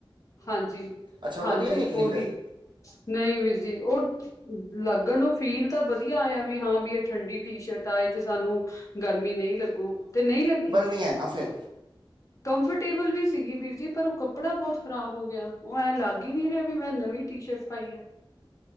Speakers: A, on the left; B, on the right.
A: ਹਾਂਜੀ-ਹਾਂਜੀ,
B: ਅੱਛਾ ਉਹ ਵਧੀਆ ਨਿਕਲੀ
A: ਓਹੀ
B: ਫਿਰ
A: ਨਈ ਵੀਰ ਜੀ ਉਹ। ਲੱਗਣ ਨੂੰ ਫੀਲ ਤਾਂ ਵਧੀਆ ਆਇਆ ਵੀ ਹਾਂ ਵੀ ਇਹ ਠੰਡੀ ਟੀ ਸ਼ਰਟ ਆ ਇਹ ਚ ਸਾਨੂੰ ਗਰਮੀ ਨਈ ਲੱਗੂ ਤੇ ਨੀ ਲੱਗੀ।
B: ਨੀ ਏ ਨਾ ਫੇਰ
A: ਕੰਫਰਟੇਬਲ ਵੀ ਸੀਗੀ ਵੀਰ ਜੀ ਪਰ ਉਹ ਕੱਪੜਾ ਬਹੁਤ ਖ਼ਰਾਬ ਹੋ ਗਿਆ। ਉਹ ਐਂ ਲੱਗ ਹੀ ਨੀ ਰਿਹਾ ਵੀ ਮੈਂ ਨਵੀਂ ਟੀ ਸ਼ਰਟ ਪਾਈ ਆ।